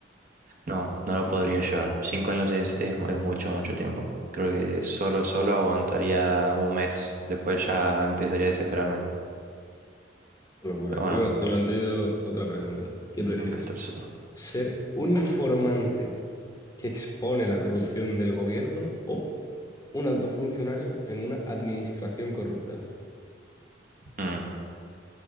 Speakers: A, on the right; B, on the left.
A: No, no lo podría llevar. Cinco años es,
B: Mm,
A: es, mu- es mucho, mucho tiempo. Creo que solo, solo aguantaría un mes. Después ya empezaría a desesperarme.
B: Qué locura.
A: Pero bueno,
B: Y bueno, te planteo otra pregunta. ¿Qué prefieres?
A: nunca estar solo.
B: ¿Ser un informante que expone la corrupción del gobierno o Un alto funcionario en una administración corrupta.
A: Mm,